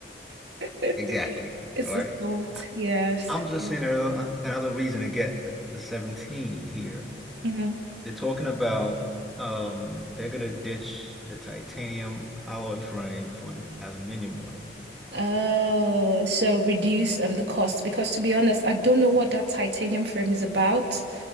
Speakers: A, on the right; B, in the centre.
A: <laughs>
B: exactly,
A: It's
B: right?
A: the salt,
B: I,
A: yes.
B: I'm just
A: Yeah.
B: seeing another, another reason to get the 17 here.
A: hmm
B: They're talking about um, they're gonna ditch the titanium alloy frame for an aluminum one.
A: Oh, so reduce um the cost because to be honest, I don't know what that titanium frame is about.